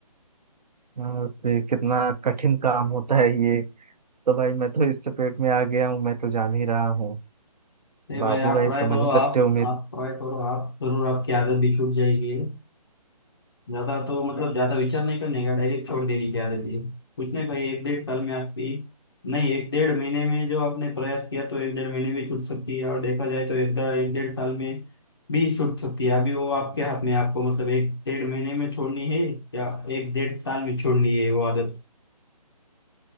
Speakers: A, on the right (about 85°); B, on the left (about 40°).
A: हाँ, तो कितना कठिन काम होता है ये तो भाई मैं तो इस चपेट में आ गया हूँ मैं तो जान ही रहा हूँ
B: नहीं
A: बाप
B: भाई
A: भी
B: आप
A: भाई
B: ट्राई
A: समझ
B: करो
A: ही सकते
B: आप
A: हो मेरी
B: आप ट्राई करो आप जरूर आपकी आदत भी छूट जाएगी ज्यादा तो मतलब ज्यादा विचार नहीं करने का डायरेक्ट छोड़ देने की आदत है कुछ नहीं भाई एक डेढ़ साल में आपकी नहीं एक डेढ़ महीने में जो आपने प्रयास किया तो एक डेढ़ महीने में छूट सकती है और देखा जाए तो एक दा- एक डेढ़ साल में भी छूट सकती है अभी वो आपके हाथ में है, आपको मतलब एक डेढ़ महीने में छोड़नी है या एक डेढ़ साल में छोड़नी है वो आदत